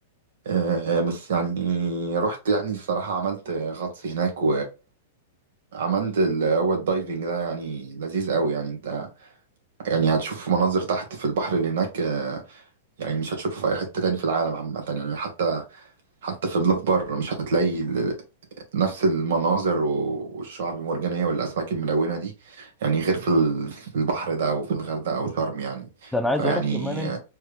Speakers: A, on the right; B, in the centre.
A: آه، آه، بس يعني رحت يعني الصراحه عملت آه، غطس هناك وعملت اللي هو الدايفنج ده يعني لذيذ قوي يعني انت يعني هتشوف مناظر تحت في البحر اللي هناك آه، يعني مش هتشوفها في اي حته تاني في العالم عامه يعني حتى حتى في بلاد بره مش هتلاقي ال- نفس المناظر و- والشعب المرجانيه والاسماك الملونه دي يعني غير في ال- في البحر ده او في الغردقه او شرم يعني
B: ده انا عايز
A: فيعني
B: اقول لك كمان ان